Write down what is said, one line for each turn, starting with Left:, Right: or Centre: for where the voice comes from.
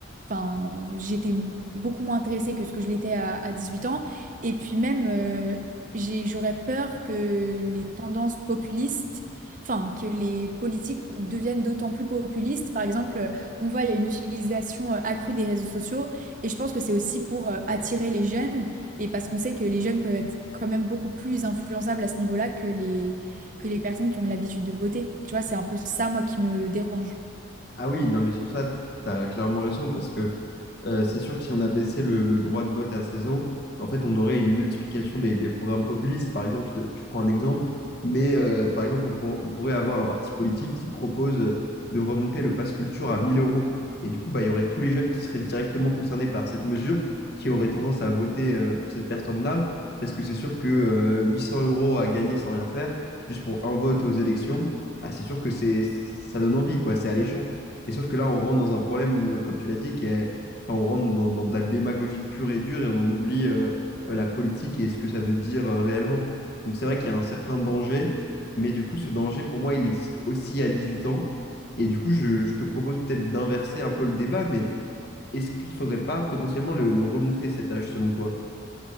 Right: Enfin, j'étais beaucoup moins intéressée que ce que je l'étais à, à 18 ans. Et puis même, euh, j'ai- j'aurais peur que les tendances populistes, enfin, que les politiques deviennent d'autant plus populistes. Par exemple, on voit il y a une utilisation euh, accrue des réseaux sociaux, et je pense que c'est aussi pour euh, attirer les jeunes, et parce qu'on sait que les jeunes peuvent être quand même beaucoup plus influençables à ce niveau-là que les que les personnes qui ont l'habitude de voter. Tu vois, c'est un peu ça, moi, qui me dérange.
Left: Ah oui, non, mais sur ça, tu as clairement raison, parce que euh, c'est sûr que si on abaissait le, le droit de vote à 16 ans, en fait, on aurait une multiplication des, des programmes populistes. Par exemple, je, te- je prends un exemple, mais euh, par exemple, on, pour- on pourrait avoir un parti politique qui propose de remonter le pass culture à 1000 euros. Et du coup, bah, il y aurait tous les jeunes qui seraient directement concernés par cette mesure, qui auraient tendance à voter euh, pour cette personne-là, parce que c'est sûr que euh, 800 euros à gagner sans rien faire, juste pour un vote aux élections, bah, c'est sûr que c'est, ça donne envie, quoi, c'est alléchant. Et sauf que là, on rentre dans un problème, euh, comme tu l'as dit, qui est, enfin, on rentre dans, dans de la démagogie pure et dure et on en oublie euh, euh, la politique et ce que ça veut dire euh, réellement. Donc c'est vrai qu'il y a un certain danger, mais du coup, ce danger, pour moi, il existe aussi à 18 ans. Et du coup, je, je te propose peut-être d'inverser un peu le débat, mais est-ce qu'il ne faudrait pas potentiellement le, le remonter cet âge selon toi?